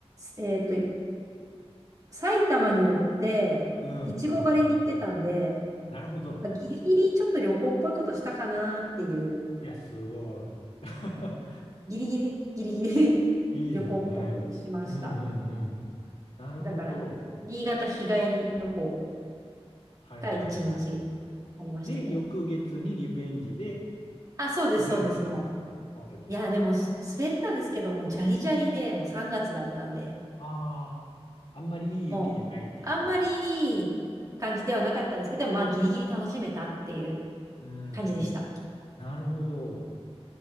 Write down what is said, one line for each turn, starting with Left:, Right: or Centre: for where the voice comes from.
Right: えっと、埼玉によって、
Left: うん、
Right: いちご狩りに行ってたんで、
Left: うん。なるほど。
Right: まあ、ギリギリちょっと旅行っぽいことしたかなっていう、
Left: いや、すごい。<laughs>
Right: ギリギリ、ギリギリ <laughs>
Left: いいですね。
Right: 旅行っぽくしました。
Left: うんうんうん。なるほど。
Right: だから、新潟日帰り旅行
Left: はいはいはい。
Right: が1日ありましたね。
Left: で、翌月にリベンジで
Right: あ、そうです、
Left: 滑れましたその時は。
Right: そうです、もう。いや、でも、す滑ったんですけども、じゃりじゃりで、もう3月だったんで、
Left: ああ、あんまりいい雪じゃないっていう。
Right: もう、あんまりいい感じではなかったんですけど、まあ、ギリギリ楽しめたっていう
Left: うん。
Right: 感じでした。
Left: なるほど。